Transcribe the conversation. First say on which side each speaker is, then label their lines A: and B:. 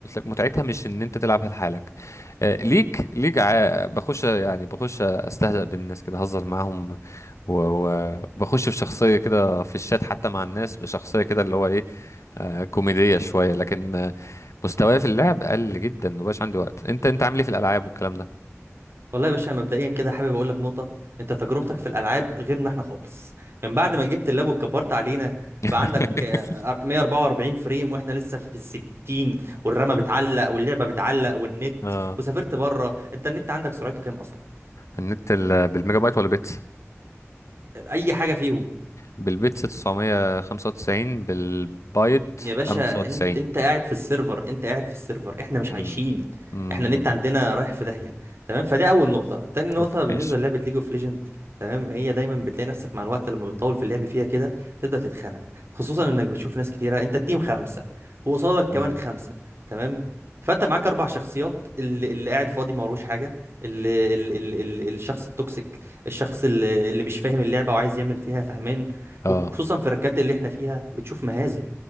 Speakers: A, on the left; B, on the right.
A: متعتها مش ان انت تلعبها لحالك آه ليج ليج ع- بخش يعني بخش استهزأ بالناس كده اهزر معاهم و- و- وبخش في شخصيه كده في الشات حتى مع الناس بشخصيه كده اللي هو ايه آه كوميديه شويه لكن آه، مستواي في اللعب قل جدا مبقاش عندي وقت انت انت عامل ايه في الالعاب والكلام ده
B: والله يا باشا مبدئيا كده حابب اقول لك نقطه انت تجربتك في الالعاب غيرنا احنا خالص من بعد ما جبت اللاب وكبرت علينا
A: <laughs>
B: بقى عندك آه، 144 فريم واحنا لسه في ال 60 والرامه بتعلق واللعبه بتعلق والنت
A: اه
B: وسافرت بره انت النت عندك سرعته كام اصلا
A: النت ال- بالميجا بايت ولا بيتس
B: اي حاجه فيهم
A: بالبيتس 995 بالبايت
B: يا باشا
A: 95
B: انت انت قاعد في السيرفر انت قاعد في السيرفر احنا مش
A: امم
B: عايشين
A: امم
B: احنا النت عندنا رايح في داهية تمام فده اول نقطة تاني نقطة
A: اوكي
B: بالنسبة
A: ماشي
B: للعبة ليج اوف ليجند تمام هي دايما بتلاقي نفسك مع الوقت لما بتطول في اللعب فيها كده تبدأ تتخنق خصوصا انك بتشوف ناس كتيرة انت التيم خمسة وقصادك كمان
A: امم
B: خمسة تمام فانت معاك اربع شخصيات اللي, اللي قاعد فاضي ما وروش حاجة اللي, اللي, اللي, اللي الشخص التوكسيك الشخص اللي, اللي مش فاهم اللعبة وعايز يعمل فيها فهمان
A: اه
B: وخصوصا في الركات اللي احنا فيها بتشوف مهازل